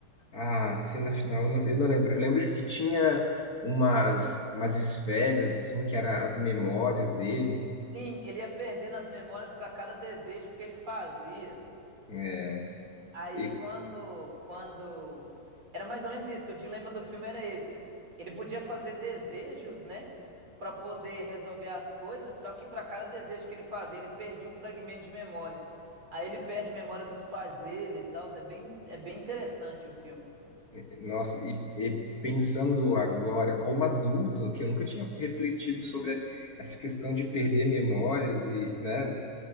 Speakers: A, on the left; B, on the right.
A: Ah, cena final, eu não, eu não lembro. Eu lembro de que tinha umas, umas esferas, assim, que eram as memórias dele.
B: Sim, ele ia perdendo as memórias para cada desejo que ele fazia.
A: É,
B: Aí
A: E,
B: quando, quando era mais ou menos isso, o dilema do filme era esse. Ele podia fazer desejos, né, Pra poder resolver as coisas, só que pra cada desejo que ele fazia, ele perdia um fragmento de memória. Aí ele perde memória dos pais dele e tal, é bem, é bem interessante o filme.
A: É, Nossa, e, e pensando agora como adulto, que eu nunca tinha refletido sobre essa questão de perder memórias e, né?